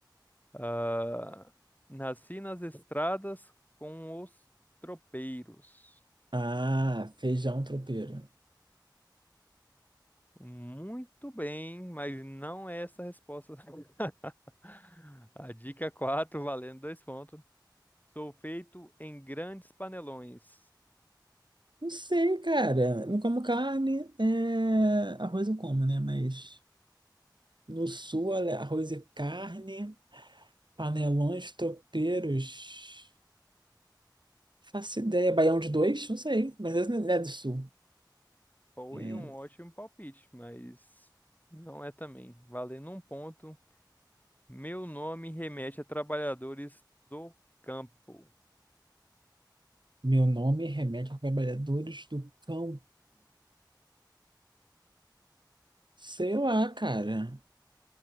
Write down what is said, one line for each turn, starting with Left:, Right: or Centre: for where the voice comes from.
Left: Ah, nasci nas estradas com os tropeiros.
Right: Ah, feijão tropeiro.
Left: Muito bem, mas não é essa a resposta. <laughs> A dica 4, valendo dois pontos. Sou feito em grandes panelões.
Right: Não sei, cara. Não como carne. é, Arroz eu como, né? Mas no sul, olha, arroz e carne, panelões, tropeiros. Faço ideia. Baião de dois? Não sei. Mas esse não é do sul.
Left: Foi
Right: É,
Left: um ótimo palpite, mas não é também. Valendo um ponto. Meu nome remete a trabalhadores do campo.
Right: Meu nome remete a trabalhadores do campo. Sei lá, cara.